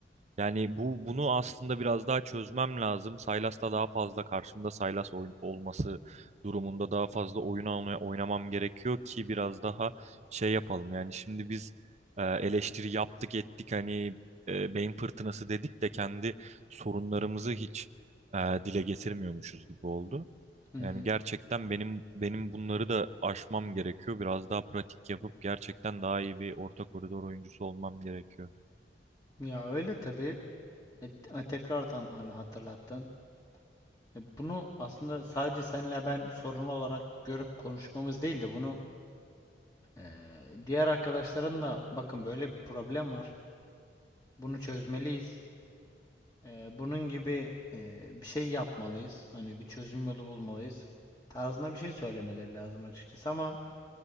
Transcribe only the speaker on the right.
Yani bu bunu aslında biraz daha çözmem lazım. Saylas'ta daha fazla karşımda Saylas oyun olması durumunda daha fazla oyun almaya oynamam gerekiyor ki biraz daha şey yapalım. Yani şimdi biz e, eleştiri yaptık ettik hani e, beyin fırtınası dedik de kendi sorunlarımızı hiç e, dile getirmiyormuşuz gibi oldu.
Yani
gerçekten benim benim bunları da aşmam gerekiyor. Biraz daha pratik yapıp gerçekten daha iyi bir orta koridor oyuncusu olmam gerekiyor.